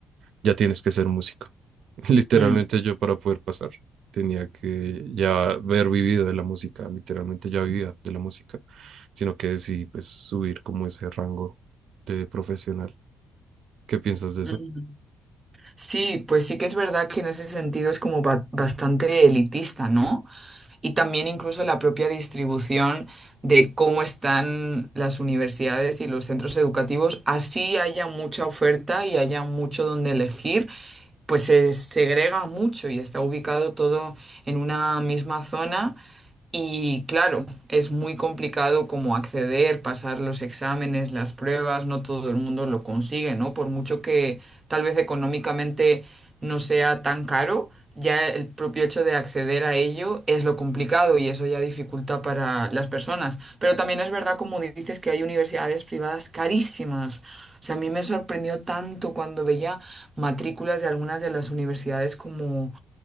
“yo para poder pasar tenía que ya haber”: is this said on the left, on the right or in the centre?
Right